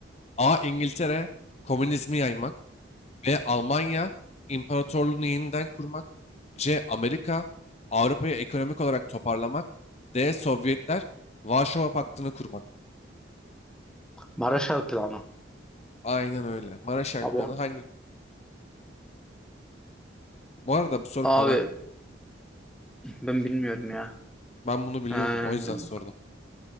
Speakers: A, on the left; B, in the centre.
A: A. İngiltere, komünizmi yaymak. B. Almanya imparatorluğunu yeniden kurmak. C. Amerika Avrupa'yı ekonomik olarak toparlamak. D. Sovyetler Varşova Paktı'nı kurmak.
B: Marshall Planı.
A: Aynen öyle. Marshall
B: Abi,
A: Planı
B: o-
A: hangi? Bu arada bu soru
B: abi
A: kolay.
B: ben bilmiyorum ya.
A: Ben bunu biliyorum.
B: Ee,
A: O yüzden sordum.